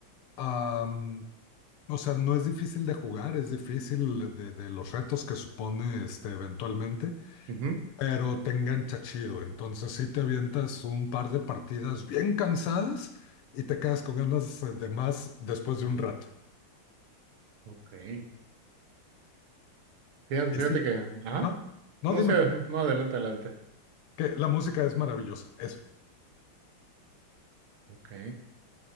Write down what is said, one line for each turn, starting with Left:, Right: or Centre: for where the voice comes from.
Left: Am, o sea, no es difícil de jugar, es difícil de, de los retos que supone este, eventualmente
Right: ujú.
Left: pero te engancha chido. Entonces sí te avientas un par de partidas bien cansadas y te quedas con ganas eh, de más después de un rato.
Right: ok. Fíjate,
Left: Y
Right: fíjate
Left: sí,
Right: que, ajá,
Left: ajá. No,
Right: no
Left: dime,
Right: sé, no, adelante, adelante.
Left: que la música es maravillosa, eso.
Right: Ok.